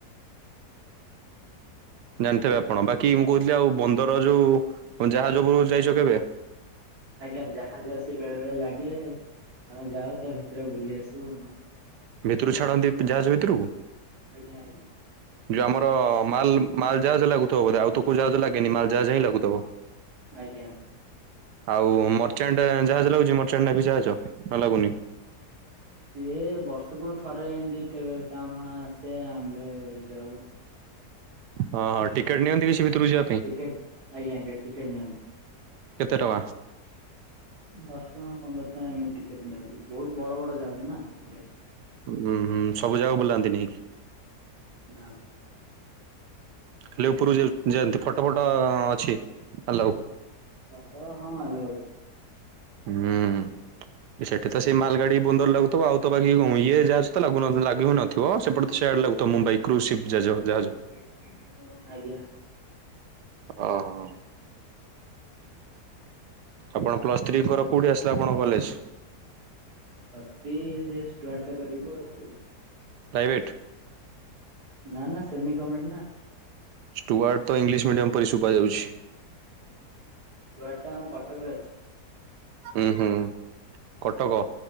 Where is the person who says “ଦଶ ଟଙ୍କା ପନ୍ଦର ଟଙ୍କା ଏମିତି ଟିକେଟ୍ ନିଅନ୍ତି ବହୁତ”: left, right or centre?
Right